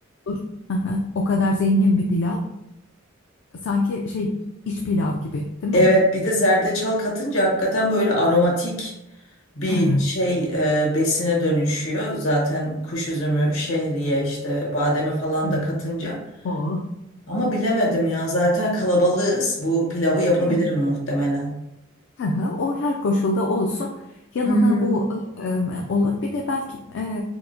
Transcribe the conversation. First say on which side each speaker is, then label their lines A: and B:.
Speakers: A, on the left; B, on the left.
A: olur. Aha, o kadar zengin bir pilav. Sanki şey iç pilav gibi, değil
B: Evet
A: mi?
B: bir de zerdeçal katınca hakikaten böyle aromatik bir
A: Hı
B: şey e, besine dönüşüyor. Zaten kuş üzümü, şehriye işte bademe falan
A: hı.
B: da katınca.
A: O,
B: Ama bilemedim ya zaten kalabalığız. Bu pilavı yapabilirim
A: evet.
B: muhtemelen.
A: Hı hı. O her koşulda olsun. Yanına
B: Hmm.
A: bu e, e, olur. Bir de belki e,